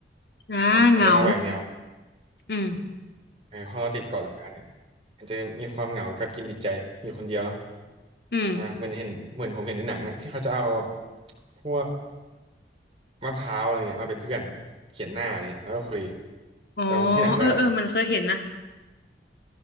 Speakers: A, on the left; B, on the right.
A: อ่าเหงา
B: อ่ะอาจจะมาแหวกแนว
A: อืม
B: เออพอเราติดเกาะรายการเนี่ยอาจจะมีความเหงากับกินติดใจอยู่คนเดียวเนาะ
A: อืม
B: อ่าเหมือนเห็นเหมือนผมเห็นในหนังอะที่เขาจะเอาพวกมะพร้าวอะไรเงี้ยมาเป็นเพื่อนเขียนหน้าอะไรเงี้ยแล้วก็คุย
A: อ๋อ
B: จำที่หนังไม่ได้ละ
A: เออเออมันเคยเห็นนะ